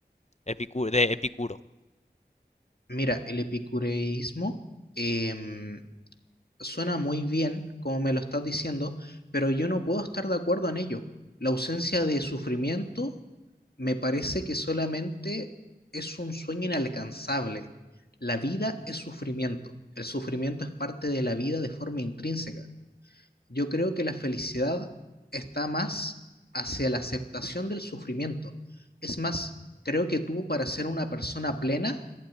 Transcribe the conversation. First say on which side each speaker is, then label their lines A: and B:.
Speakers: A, on the left; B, on the left.
A: epicu- de Epicuro.
B: Mira, el epicureísmo em, suena muy bien, como me lo estás diciendo, pero yo no puedo estar de acuerdo en ello. La ausencia de sufrimiento Me parece que solamente es un sueño inalcanzable. La vida es sufrimiento. El sufrimiento es parte de la vida de forma intrínseca. Yo creo que la felicidad está más hacia la aceptación del sufrimiento. Es más, creo que tú para ser una persona plena